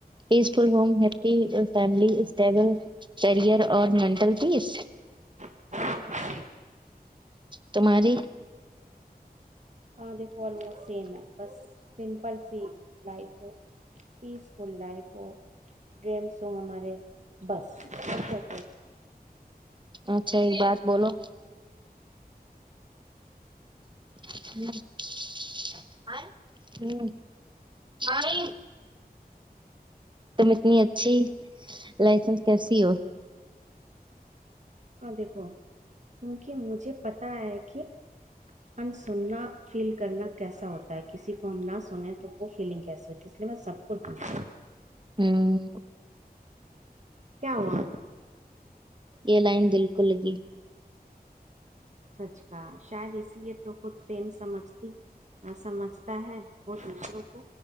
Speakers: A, on the right (about 30°); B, on the right (about 45°).
A: peaceful home happy family stable career اور مینٹل پیس
B: <inaudible>
A: تمہاری
B: ہاں دیکھو آموسٹ سیم ہے بس سمپل سی لائف ہو پیس فل لائف وہ ڈریمس ہو ہمارے بس ا
A: اچھا ایک بات بولو ہ آ ہ میں تم اتنی اچھی لائسنس کیسی ہو
B: ا دیک کو کیونکہ مجھے پتا ہے کہ انسننا فیل کرنا کیسا ہوتا ہے کسی کو ہم نہ سنیں تو وہ فیلنگ کیسی ہوتی ہے اس لیے میں سب کو سوھتیوں
A: ہوں
B: کیا ہوا
A: یہ لائن دالکلگی
B: سچ کا شاید اس لیے تو خود پین سمجھتی سمجھتا ہے وہ دوسروں کو